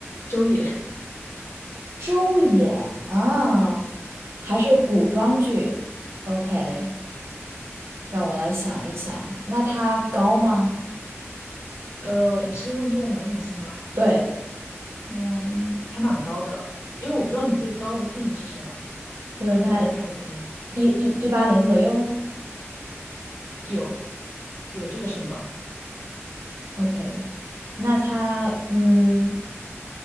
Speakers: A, on the left; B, on the right.
A: 周也，
B: 周也啊，还是古装剧？OK，让我来想一想，那她高吗？
A: <laughs> 呃，你是问这位男明星吗？
B: 对，
A: 嗯，还蛮高的，因为我不知道你对高的定义是什么，
B: 就是她
A: 但我觉得应该还可以。
B: 一一一八零左右。
A: 有有这个身高，
B: OK，那她嗯，